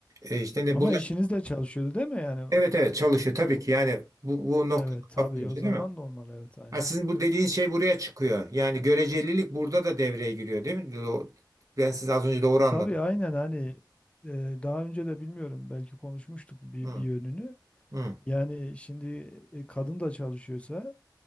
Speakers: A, on the right (about 45°); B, on the left (about 15°).
A: E, işte ne
B: Ama
A: bulaş
B: eşiniz de çalışıyordu değil mi? Yani
A: Evet evet çalışıyor tabii
B: o,
A: ki. Yani bu bu noktada
B: Evet tabii
A: bakınca
B: o
A: değil
B: zaman
A: mi?
B: normal evet aynen.
A: Ha, sizin bu dediğiniz şey buraya çıkıyor. Yani görecelilik burada da devreye giriyor değil mi? O- Ben size az önce doğru anladım.
B: Tabii aynen hani e, daha önce de bilmiyorum belki konuşmuştuk bir,
A: Hı,
B: bir yönünü.
A: hı.
B: Yani şimdi e, kadın da çalışıyorsa